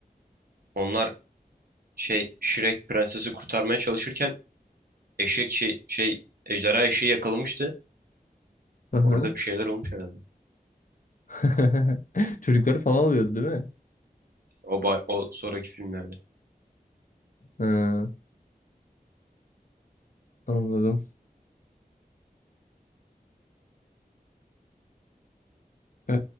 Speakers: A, on the right (about 70°); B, on the left (about 55°).
A: Onlar şey Shrek prensesi kurtarmaya çalışırken eşek şey şey ejderha eşeği yakalamıştı.
B: <laughs>
A: Orada bir şeyler olmuş herhalde.
B: <laughs> Çocukları falan oluyordu değil mi?
A: O, ba- o sonraki filmlerde.
B: Ha, anladım. Ee,